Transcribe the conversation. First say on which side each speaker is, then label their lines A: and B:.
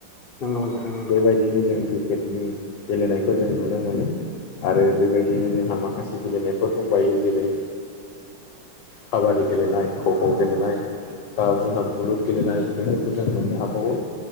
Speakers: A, on the left; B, on the left.
A: नंगौ नोंथां नं
B: बेबायदिनो जों क्रिकेटनि गेलेनायखौ जों नुनो मोनो आरो बेबायदियैनो जोंहा माखासे गेलेनायफोर दंबायो जेरै काबादि गेलेनाय खख' गेलेनाय बा जोंहा बुलुर गेलेनाय बेफोरखौ जों मोननो हाबावो